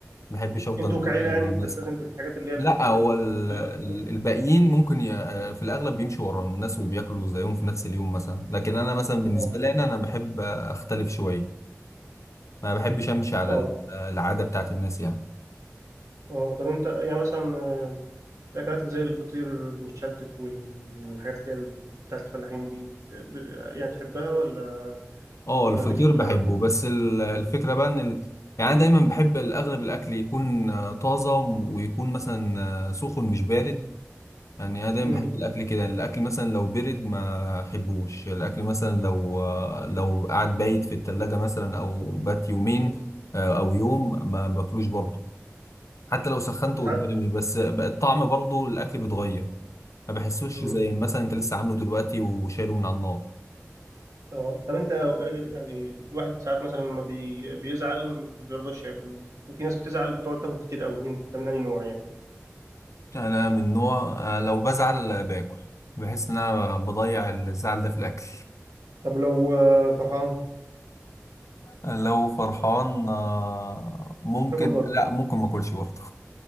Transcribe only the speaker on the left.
ما بحبش افضل
ماشي ورا
الناس
لا هو
ال-
ال- الباقيين ممكن ي- آه، في الاغلب بيمشوا ورا الناس وبياكلوا زيهم في نفس اليوم مثلا لكن انا مثلا بالنسبه
لي انا انا بحب آه، اختلف شويه ما بحبش امشي على
ال- آه، العاده بتاعت الناس يعني
اه
الفطير
بحبه
بس ال- الفكرة بقى ان ال... يعني انا دايما بحب الاغلب الاكل يكون آه، طازة وم- ويكون مثلا آه، سخن مش بارد يعني انا دايما
بحب الاكل كده يعني الاكل مثلا لو برد ما احبوش الاكل مثلا لو آه، لو قعد بايت في التلاجة مثلا او بات يومين
آه، او يوم ما باكلوش برضه حتى لو سخنته
قدامي بس بقى الطعم برضه الاكل بيتغير ما بحسوش
زي مثلا انت لسه عامله دلوقتي وشايله من على النار
انا من نوع آه، لو بزعل آه، باكل بحس ان انا بضيع الزعل ده في الاكل
آه، لو فرحان آه، ممكن
لا ممكن ما اكلش برضه